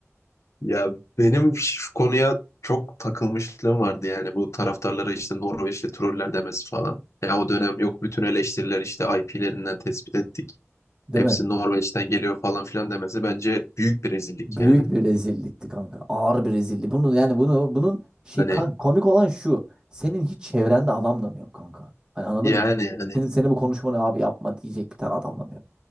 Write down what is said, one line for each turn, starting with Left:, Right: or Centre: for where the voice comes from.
Left: Ya benim şu konuya çok takılmışlığım vardı yani. Bu taraftarlara işte Norveçli troller demesi falan. Ya o dönem yok bütün eleştiriler işte IP'lerinden tespit ettik.
Right: Değil
Left: hepsi
Right: mi?
Left: Norveç'ten geliyor falan filan demesi bence büyük bir rezillik
Right: Büyük
Left: yani.
Right: bir rezillikti kanka. Ağır bir rezillik. Bunun yani bunu bunun şey
Left: Hani
Right: kanka, komik olan şu. Senin hiç çevrende adam da mı yok kanka? Hani anladın
Left: yani
Right: mı?
Left: hani
Right: Senin, seni bu konuşmanı abi yapma diyecek bir tane adam da mı yok?